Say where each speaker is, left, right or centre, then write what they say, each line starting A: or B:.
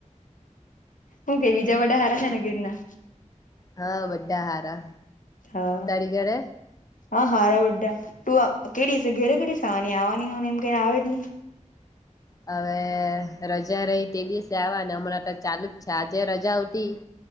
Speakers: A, on the left; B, on the left.
A: હું કે બીજા બધા હારા છે ને ઘેરના
B: હા બા હારા
A: હા
B: તળ ઘરે
A: હા હારા બા તું કે ઘરે કેની આવવાની હોને એમ કને આવે જ નહી
B: હવે રજા રહી તે દિવસે આવા ને હમણાં તો ચાલુ જ છે આજે રજા ઉતી